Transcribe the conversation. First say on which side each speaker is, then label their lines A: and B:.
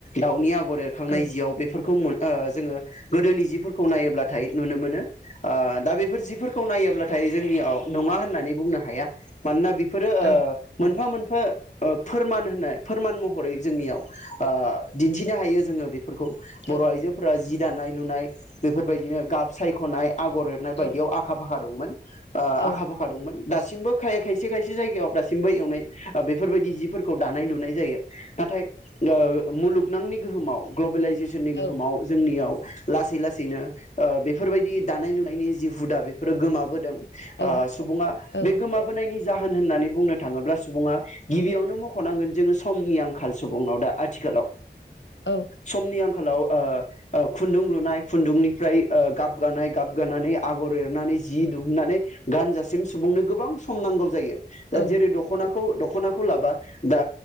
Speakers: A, on the left (about 40°); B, on the left (about 85°).
A: दावनि आ गर एरखांनाय
B: ओ
A: जिआव बेफोरखौ मोन ओ जोङो गोदोनि जिफोरखौ नायोब्लाथाय नुनो मोनो ओ दा बेफोर जिफोरखौ नायोब्ला नाथाय जोंनियाव नङा होननानै बुंनो हाया मानोना फोर
B: ओ औ
A: मोनफा मोन फा फोरमान होनाय फोरमान महरै जोंनियाव ओ दिन्थिनो हायो जोङो बे फोरखौ बर
B: औ
A: आइजोफोरा जि दानाय लुनाय बेफोरबायदिनो गाब सायख'नाय । आगर एरनाय
B: औ
A: बायदियाव आखा फाखा दंमोन। ओ आखा
B: औ
A: फाखा दंमोन दासिमबो खाय खायसे खायसे जायगायाव दासिमबो एरनाय ओ बेफोरबायदि जिफोरखौ खौ दानाय लुनाय जायो। नाथाय ओ मुलुगनांनि गोहोमाव ग्लबेलाइजेसन सननि जोंनि गोहोमाव
B: औ
A: जोंनियाव लासै लासैनो ओ बेफोरबायदि दानाय लुनायनि जि हुदा बेफोरो गोमाबोदों ओ
B: औ औ
A: सुबुङा
B: औ
A: बे गोमाबोनायनि जाहोन होननानै बुंनो थाङोब्ला सुबुङा गिबियावनो मख'नांगोन समनि आंखाल सुबुं दा आथिखालाव
B: औ
A: समनि आंखालाव ओ ओ खुन्दुं लुनाय खुन्दुंनिफ्राय ओ गाब गानाय गाब गानानै आगर एरनानै जि दिहुननानै गानजासिम सुबुंनो गोबां सम नांगौ जायो
B: औ
A: दा जेरै दख'ना खौ दख'ना। खनाखौ लाबा दा